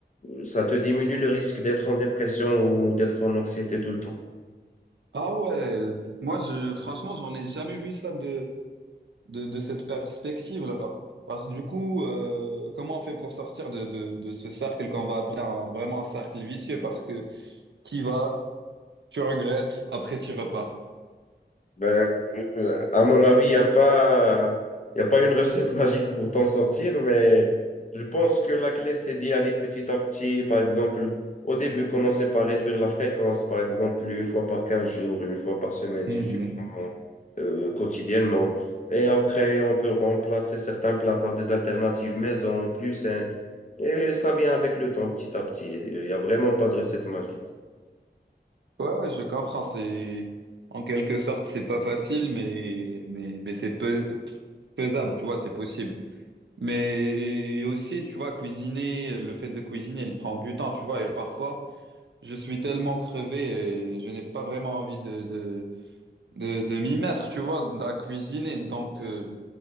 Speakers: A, on the left (about 40°); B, on the right (about 75°).
A: ça te diminue le risque d'être en dépression ou d'être en anxiété tout le temps.
B: Ah ouais, moi je franchement j'en ai jamais vu ça de, de, de cette perspective-là. Parce que du coup, euh, comment on fait pour sortir de, de, de ce cercle qu'on va appeler un, vraiment un cercle vicieux? Parce que tu vas, tu regrettes, après tu repars.
A: Ben, euh, à mon avis, il n'y a pas, il a pas une recette <laughs> magique pour t'en sortir, mais je pense que la clé, c'est d'y aller petit à petit. Par exemple, au début, commencer par réduire la fréquence, par exemple, une fois par 15 jours, une fois par semaine, si
B: Mhm.
A: tu prends euh, quotidiennement. Et après, on peut remplacer certains plats par des alternatives maison, plus saines. Et ça vient avec le temps, petit à petit. Il n'y a vraiment pas de recette magique.
B: Ouais, ouais, je comprends. C'est en quelque sorte c'est pas facile, mais mais, mais c'est peu- faisable, tu vois, c'est possible. Mais aussi, tu vois, cuisiner, le fait de cuisiner, il prend du temps, tu vois, et parfois, je suis tellement crevé et je n'ai pas vraiment envie de, de, de, de m'y mettre, tu vois, à cuisiner. Donc, euh,